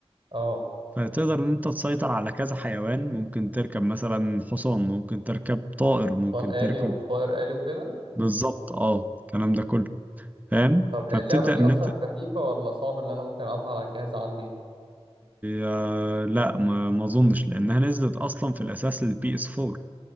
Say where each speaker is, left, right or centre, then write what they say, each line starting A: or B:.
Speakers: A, on the right; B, on the right.
A: اه
B: فتقدر ان انت تسيطر على كذا حيوان ممكن تركب مثلا حصان ممكن تركب طائر ممكن
A: طيران آلي
B: تركب
A: وطائر آلي وكده
B: بالظبط اه الكلام ده كله فاهم
A: طب
B: فبتبدأ
A: اللعبة دي
B: ان
A: أصلا
B: انت
A: خفيفة ولا صعب اللي أنا ممكن ألعبها على الجهاز عندي؟
B: آه، لا ما ما اظنش لانها نزلت اصلا في الاساس للبي اس 4